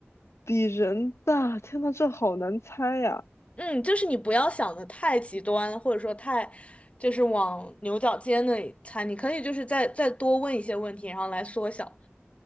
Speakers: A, on the left; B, on the left.
A: 比人大，天呐，这好难猜呀！
B: 嗯，就是你不要想的太极端，或者说太，就是往牛角尖那里猜。你可以就是再再多问一些问题，然后来缩小。